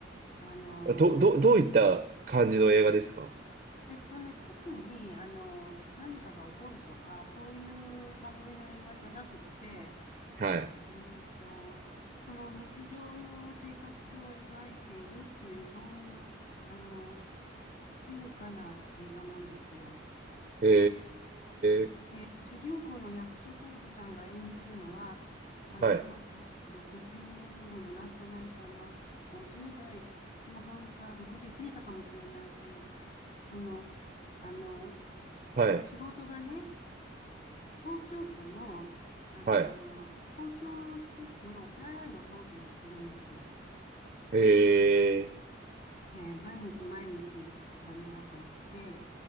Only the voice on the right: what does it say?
ど、ど、どういった感じの映画ですか
はい。
へえ、
はい、
はい、
はい。
へえ、